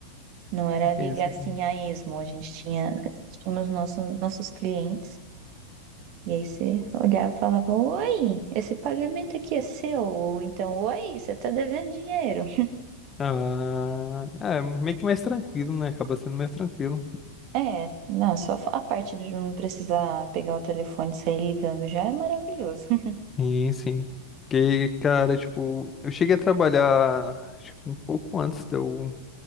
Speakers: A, on the right (about 40°); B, on the left (about 20°).
A: Não era
B: Será que
A: ligar
B: é isso aqui?
A: assim a esmo. A gente tinha, tínhamos nossos, nossos clientes. E aí você olhava e falava, oi, esse pagamento aqui é seu, ou então, oi, você tá devendo dinheiro.
B: Ah, é meio que mais tranquilo, né? Acaba sendo mais tranquilo.
A: É, não, só a parte de não precisar pegar o telefone e sair ligando já é maravilhoso. <laughs>
B: Sim, sim. Porque, cara, tipo, eu cheguei a trabalhar, acho que um pouco antes de eu